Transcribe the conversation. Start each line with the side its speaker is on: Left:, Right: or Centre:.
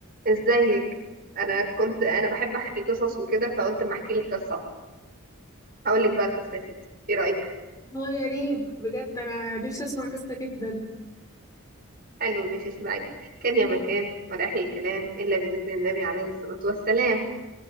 Right: ازيك انا كنت انا بحب احكي قصص وكده فقلت اما احكي لك قصه هقول لك بقى القصه يا ستي ايه رايك
Left: اه يا ريت بجد انا نفسي اسمع قصه جدا
Right: حلو ماشي اسمعي بقى كان يا مكان ولا احلى الكلام الا بذكر النبي عليه الصلاه والسلام